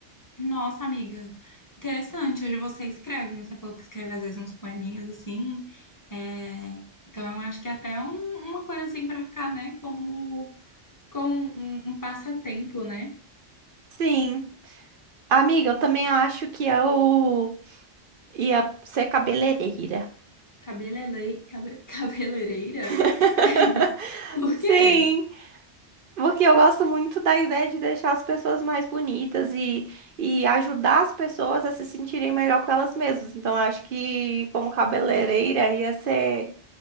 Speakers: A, on the left (about 25°); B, on the right (about 55°).
A: Nossa, amiga, interessante. Hoje você escreve, né? Você falou que escreve às vezes uns poeminhas assim. É, Então eu acho que é até um- uma coisa assim pra cá, né? Como, como um, um passatempo, né?
B: Sim. Amiga, eu também acho que eu ia ser cabeleireira.
A: Cabelele... cabe- <laughs> Cabeleireira?
B: <laughs>
A: <laughs> Por
B: Sim,
A: quê?
B: porque eu gosto muito da ideia de deixar as pessoas mais bonitas e, e ajudar as pessoas a se sentirem melhor com elas mesmas. Então, acho que como cabeleireira ia ser